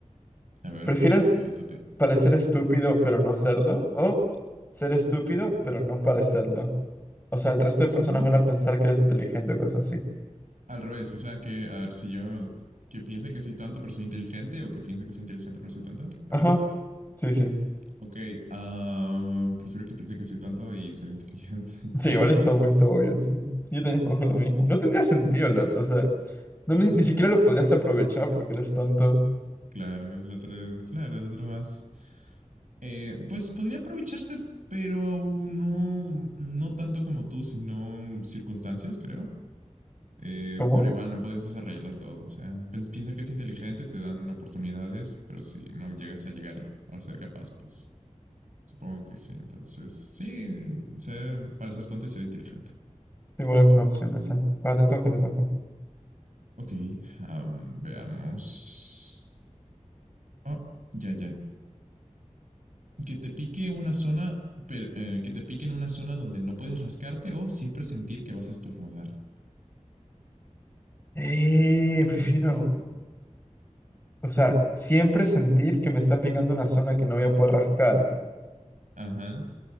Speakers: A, on the right; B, on the left.
A: A ver,
B: ¿Prefieres
A: suéltate.
B: parecer estúpido pero no serlo? ¿O ser estúpido pero no parecerlo? O sea, el resto de
A: ¿Cómo,
B: personas
A: cómo,
B: van
A: cómo?
B: a pensar que eres inteligente o cosas así.
A: Al revés, o sea que, a ver, si yo, que piense que soy tonto pero soy inteligente o que piense que soy inteligente pero soy tonto, tal
B: Ajá,
A: vez.
B: sí, sí.
A: Ok, ah, prefiero que piense que soy tonto y ser inteligente, <laughs>
B: Sí,
A: entre
B: igual
A: comillas.
B: está un poquito obvio, sí. Yo también escojo lo mismo. No tendría sentido el otro, o sea, no, ni, ni siquiera lo podrías aprovechar porque eres tonto.
A: Claro, el otro, es- claro, el otro más. Eh, pues podría aprovecharse, pero aún no, no tanto como tú, sino circunstancias, creo. Eh,
B: ¿Cómo?
A: pero igual no podrías desarrollarla todo. O sea, pen- piensa que es inteligente, te dan oportunidades, pero si no llegas a llegar a ser capaz, pues supongo que sí. Entonces, sí, sé parecer tonto y ser inteligente.
B: Igual es una opción esa. Va, te toca, te toca.
A: Ok, am, veamos. Oh, ya, ya. Que te pique una zona, pero, eh, que te pique en una zona donde no puedes rascarte o siempre sentir que vas a estornudar.
B: Eh,
A: Oh,
B: prefiero,
A: mm, mm, mm.
B: o sea, siempre sentir que me está picando una zona que no voy a poder rascar.
A: Ajá.